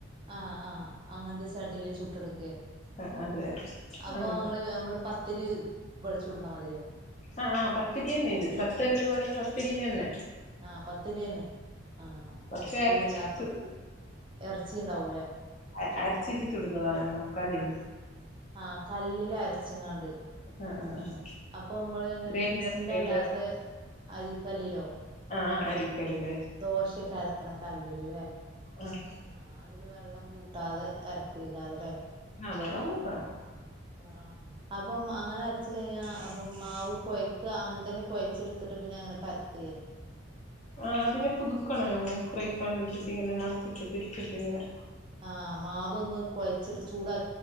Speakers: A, on the right; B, on the left.
A: ആഹ് ആഹ് അങ്ങൻത്തെ ചട്ടീല് ചുട്ട എട്ക്കെ
B: ആഹ് അതെ
A: അപ്പൊ
B: അങ്ങനത്തെ
A: ഇങ്ങള് നമ്മള് പത്തിരി വെൾ ചുട്ണെ മാതിരിയോ
B: ആ ആഹ് പത്തിരിയന്നെ ഇത് പത്തല് എന്ന് പറയുന്നത് പത്തിരിനന്നെ
A: ആഹ് പത്തിര്യന്നെ ആഹ്
B: പക്ഷെ
A: സ്കൂൾ
B: അരച്ചി
A: ഇല്ലാത്തോ
B: ചുടും
A: എർച്ചി ഉണ്ടാവുല്ലേ?
B: അ അര്ച്ചിട്ടി ചുടുന്നതാണ് ഞമക്കല്ലിൽ
A: ആഹ് കല്ലില് അരച്ചിങ്ങാണ്ട്
B: ആഹ് ആഹ് ആഹ്
A: അപ്പൊ അമ്മള് എങ്ങനെ
B: ഗ്രൈൻഡർ
A: മിക്സിയിലല്ലാത്ത
B: ഗ്രൈൻഡർ
A: അരിക്കല്ലിലോ?
B: ആഹ് ആഹ് അരിരിക്കല്ലില്
A: ദോശെക്കെ അരക്ക്ണ കല്ലില് ല്ലേ?
B: ആഹ്
A: ആഹ് അതില് വെള്ളം കൂട്ടാതെ എരക്കുയ്ക്കാരം ല്ലേ?
B: ആഹ് വെള്ളം കൂട്ടണം.
A: ആഹ് അപ്പം അങ്ങനെ അര് വച്ച് കഴിഞ്ഞാ അപ്പം മാവ് കൊഴയ്ക്കാ അങ്ങൻ തന്നെ കൊഴച്ചെടുത്തിട്ട് പിന്നെ അങ്ങനെ പര്ത്തെ
B: ആഹ് അതിനെ കുതുക്കണം ഞമ്മള് ഫ്രൈ പാനിലിട്ടിട്ട് ഇങ്ങനെ മർച്ചിട്ട് തിരിച്ചിട്ട് ഇങ്ങനെ
A: ആഹ് മാവ് ഒന്ന് കൊഴച്ചെട് ചൂടാ